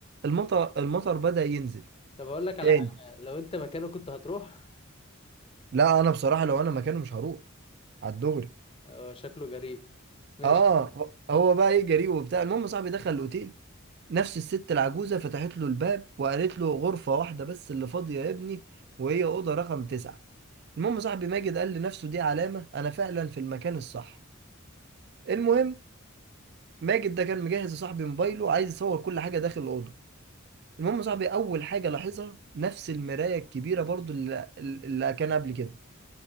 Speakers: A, on the right; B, on the left.
A: المطر المطر بدأ ينزل
B: طب أقول لك على
A: تاني
B: حاجة لو أنت مكانه كنت هتروح
A: لا انا بصراحه لو انا مكانه مش هروح على الدغري
B: هو شكله جريء ماشي
A: اه هو هو بقى ايه جريء وبتاع المهم صاحبي دخل الاوتيل نفس الست العجوزه فتحت له الباب وقالت له غرفه واحده بس اللي فاضيه يا ابني وهي اوضه رقم تسعة المهم صاحبي ماجد قال لنفسه دي علامه انا فعلا في المكان الصح المهم ماجد ده كان مجهز لصاحبي موبايله عايز يصور كل حاجه داخل الاوضه المهم صاحبي اول حاجه لاحظها نفس المرايه الكبيره برضو اللي, اللي كان قبل كده